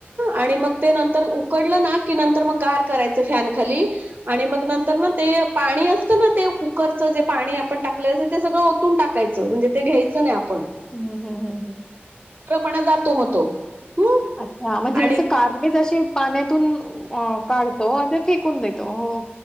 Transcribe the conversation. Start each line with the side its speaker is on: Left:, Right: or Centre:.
Right: आणि मग ते नंतर उकडलं ना की नंतर मग गार करायचं फॅन खाली आणि मग नंतर ना ते पाणी असतं ना ते कुकरचं जे पाणी आपण टाकले असं ते सगळं ओतून टाकायचं म्हणजे ते घ्यायचं नाही आप
Left: हम्म हम् हम्म हम्
Right: पणा जातो मग तो हं
Left: अच्छा हा म्हणजे
Right: आणि
Left: जसं कारले जे पाण्यात काढतो कोून देतो हो